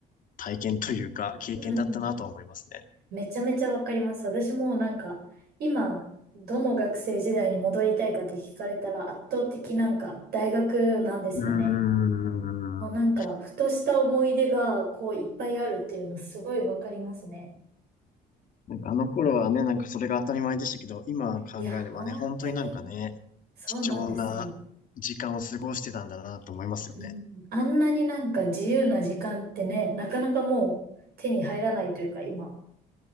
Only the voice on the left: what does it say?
体験というか、経験だったなとは思いますね。
うーん。
なんかあの頃はね、なんかそれが当たり前でしたけど、今考えればね、
本当になんかね、
貴重な時間を過ごしてたんだなと思いますよね。